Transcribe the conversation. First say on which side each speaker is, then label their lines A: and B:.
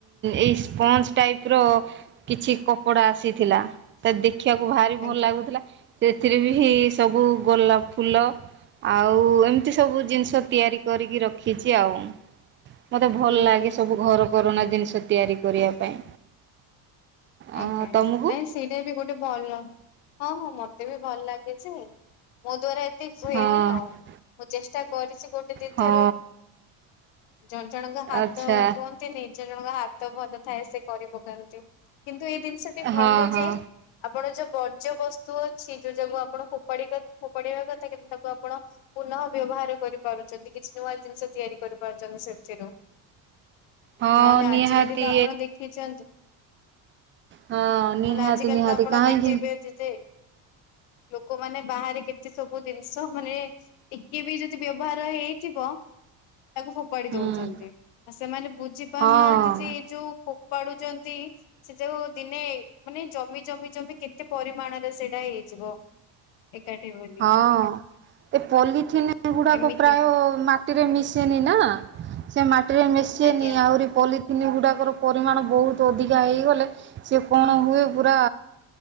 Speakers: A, on the right (about 25°); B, on the left (about 80°).
A: ଏଇ ସ୍ପଞ୍ଜ ଟାଇପ ର କିଛି କପଡା ଆସିଥିଲା ତା ଦେଖ ଦେଖିବାକୁ ଭାରି ଭଲ
B: ଆଜ୍ଞା
A: ଲାଗୁଥିଲା ସେଥିରେ ବି ସବୁ ଗୋଲାପ ଫୁଲ ଆଉ ଏମିତି ସବୁ ଜିନିଷ ତିଆରି କରିକି ରଖିଛି ଆଉ। ମତେ ଭଲ
B: ହୁଁ
A: ଲାଗେ
B: ହୁଁ
A: ସବୁ
B: ହୁଁ।
A: ଘର କରଣା ଜିନିଷ ତିଆରି କରିବା ପାଇଁ। ଅ
B: ଆଜ୍ଞା
A: ତମକୁ
B: ନାଇଁ ସେଇଟା ବି ଗୋଟେ ଭଲ ହଁ ହଁ ମତେ ବି ଭଲ ଲାଗେ ଯେ ମୋ ଦ୍ଵାରା ଠିକ ହୁଏନି
A: ହଁ
B: ଆଉ ମୁଁ ଚେଷ୍ଟା କରିଚି ଗୋଟେ ଦିଇଥର
A: ହଁ
B: ଜ ଜଣଙ୍କ ହାତ
A: ଆଚ୍ଛା
B: କୁହନ୍ତି ନିିଜ ଜଣଙ୍କ ହାତ ଭଲ ଥାଏ ସେ କରି ପକାନ୍ତି। କିନ୍ତୁ ଏଇ ଜିନିଷଟି ଭଲ
A: ହଁ ହଁ
B: ଯାଇ ଆପଣ ଯୋଉ ବର୍ଜ୍ୟ ବସ୍ତୁ ଅଛି ଯୋଉ ଯାକୁ ଆପଣ ଫୋପାଡିବା କଥା କିନ୍ତୁ ତାକୁ ଆପଣ ପୁନଃ ବ୍ୟ ବ୍ୟବହାର କରିପାରୁଛନ୍ତି କିଛି ନୂଆ ଜିନିଷ ତିଆରି କରିପାରୁଛନ୍ତି ସେଥିରୁ।
A: ହଁ
B: ନହେଲେ
A: ନିହାତି
B: ଆଜିକାଲି ତ ଆପଣ ଦେଖେଇଚ
A: ହଁ ନିହାତି
B: ହେଲେ ଆଜି କାଲି
A: ନିହାତି
B: ତ ଆପଣ
A: କାହିଁକି
B: ଦେଖେଇବେ ଯେଜେ ଲୋକମାନେ ବାହାରେ କେତେ ସବୁ ଦ ଚାଷ ମାନେ ଟିକେ ବି ଯଦି ବ୍ୟବହାର ହେଇଥିବ ତାକୁ ଫୋପାଡି
A: ହୁଁ
B: ଦୋଉଚନ୍ତି ଆଉ ସେମାନେ ବୁଝି ପାରୁନାହାନ୍ତି
A: ହଁ
B: ଯେ ଏଇ ଯୋଉ <unintelligible> ପଢୁଛନ୍ତି। ସେ ଯୋଉ ଦିନେ ମାନେ ଜମି ଜମି ଜମି କେତେ ପରିମାଣରେ ସେଇଟା ହେଇଯିବ। ଏକାଠି ବୋଲି।
A: ହଁ ଏ ପଲିଥିନ୍ ଗୁଡାକ
B: ଏମିତି
A: ପ୍ରାୟ ମାଟିରେ ମିଶେନି। ନା ସେ ମାଟିରେ ମିଶନି
B: ଆଜ୍ଞା
A: ଆଉ ପଲ୍ କିିନ ଗୁଡାକର ପରିମାଣ ବୋହୁତ ଅଧିକା ହେଇଗଲେ ସେ କଣ ହୁଏ ପୁରା